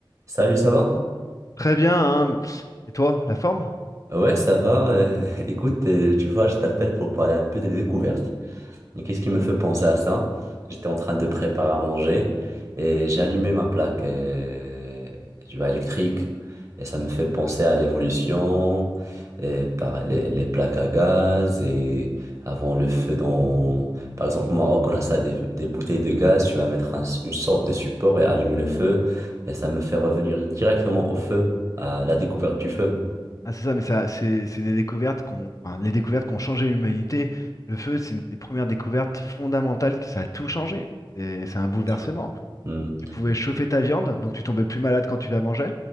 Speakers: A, on the right (about 35°); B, on the left (about 40°).
A: Salut, ça va?
B: Très bien, hein. Et toi, la forme?
A: Ouais, ça va. euh, <laughs> écoute, euh, tu vois, je t'appelle pour parler un peu des découvertes. Mais qu'est-ce qui me fait penser à ça? J'étais en train de préparer à manger et j'ai allumé ma plaque euh, tu vois, électrique. Et ça me fait penser à l'évolution, et par les, les plaques à gaz et avant le feu dans... Par exemple, au Maroc, on a ça, des, des bouteilles de gaz. Tu vas mettre un- une sorte de support et allumer le feu. Et ça me fait revenir directement au feu, à la découverte du feu.
B: Ah, c'est ça, mais ça, c'est c'est des découvertes qu'on, enfin, les découvertes qui ont changé l'humanité. Le feu, c'est une des premières découvertes fondamentales qui, ça a tout changé. C'est c'est un bouleversement.
A: sûr. Hmm.
B: Tu pouvais chauffer ta viande, donc tu tombais plus malade quand tu la mangeais.